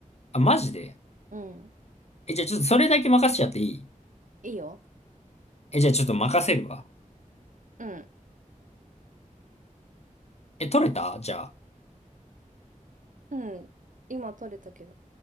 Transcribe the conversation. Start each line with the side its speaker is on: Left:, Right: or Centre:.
Left: あ、マジで
Right: うん。
Left: え、じゃあちょっとそれだけ任せちゃっていい
Right: いいよ。
Left: え、じゃあちょっと任せるわ。
Right: うん。
Left: え、取れたじゃあ。
Right: うん。今撮れたけど。